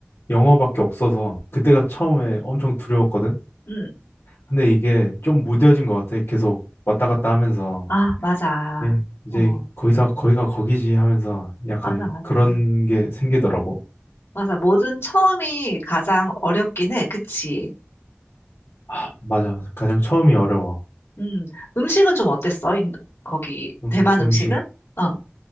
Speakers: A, on the left (about 70°); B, on the left (about 85°).
A: 영어밖에 없어서 그때가 처음에 엄청 두려웠거든.
B: 응.
A: 근데 이게 좀 무뎌진 것 같아. 계속 왔다 갔다 하면서
B: 아, 맞아.
A: 예, 이제
B: 어.
A: 거기서 거기가 거기지 하면서 약간
B: 맞아, 맞아.
A: 그런 게 생기더라고.
B: 맞아. 뭐든 처음이 가장 어렵긴 해. 그치?
A: 아, 맞아. 가장 처음이 어려워.
B: 음. 음식은 좀 어땠어? 인, 거기,
A: 음,
B: 대만 음식은?
A: 음식.
B: 어.